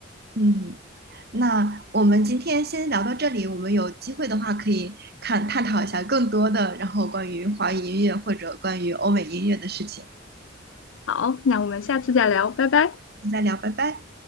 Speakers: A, on the right (about 55°); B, on the left (about 75°).
A: 嗯，那我们今天先聊到这里，我们有机会的话可以看探讨一下更多的，然后关于华语音乐或者关于欧美音乐的事情，
B: 好，那我们下次再聊，拜拜。
A: 再聊，拜拜。